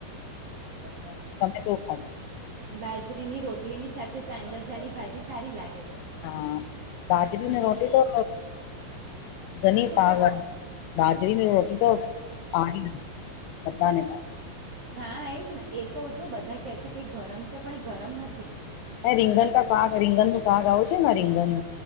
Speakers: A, on the right (about 55°); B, on the left (about 90°).
A: તોામ તમારે
B: તમે શું ખાધું
A: બાજરીની રોટલી ની સાથે તાંદરજાની ભાજી સારી લાગે છે.
B: હા બાજરીની
A: હમ
B: રોટી તો ધની
A: શું
B: સાગ
A: કહો છો
B: વા બાજરીની રોટી તો આડી છે, બધાને સાથે
A: હા, એશ ને એ તો જો બધા કે છે કે ગરમ છે પણ એ ગરમ નથી.
B: એ રીંગન ક શક રીંગન નું શક આવ છેને, રીંગન